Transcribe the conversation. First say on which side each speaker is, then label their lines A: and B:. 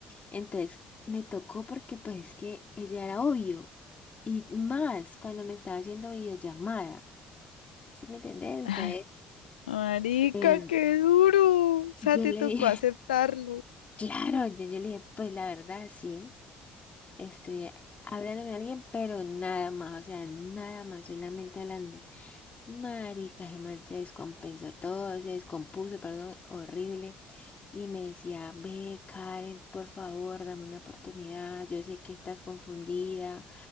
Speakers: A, on the left; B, on the left.
A: Entonces me tocó porque pues es que ella era obvio, y más cuando me estaba haciendo videollamada, ¿sí me entendés? Entonces
B: Ay, Marica,
A: em,
B: qué duro. O sea,
A: yo
B: te
A: le
B: tocó
A: dije,
B: aceptarlo.
A: <laughs> claro, yo, yo le dije, pues la verdad, sí, estoy hablando con alguien, pero nada más, o sea, nada más, solamente hablando. Marica, ese man se descompensó todo, se descompuso, perdón, horrible. Y me decía, ve, Karen, por favor, dame una oportunidad. Yo sé que estás confundida.